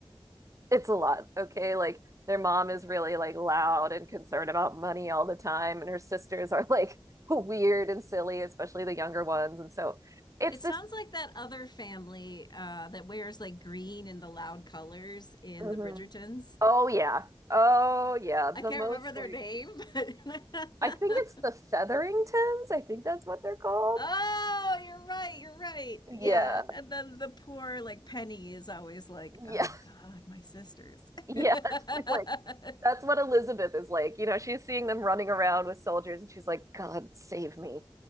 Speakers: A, on the right; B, on the left.
A: it's a lot, okay? Like their mom is really like loud and concerned about money all the time, and her sisters are like <laughs> weird and silly, especially the younger ones, and so it's
B: It
A: this.
B: sounds like that other family uh, that wears like green and the loud colors in
A: Mm-hmm
B: the Bridgertons.
A: Oh yeah. Oh yeah. The
B: I can't
A: most
B: remember their
A: like
B: name, but
A: I think it's the
B: <laughs>
A: Featheringtons. I think that's what they're called.
B: Oh, you're right. You're right. Yeah.
A: Yeah.
B: And then the poor, like, Penny is always like,
A: Yeah.
B: oh,
A: <laughs>
B: God, my sisters.
A: Yeah.
B: <laughs>
A: She's like that's what Elizabeth is like. You know, she's seeing them running around with soldiers and she's like, God save me.